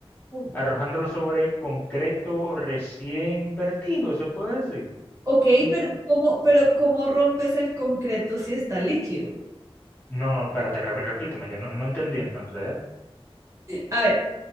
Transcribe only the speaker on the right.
Ok,
pero ¿cómo, pero cómo rompes el concreto si está líquido?
A ver,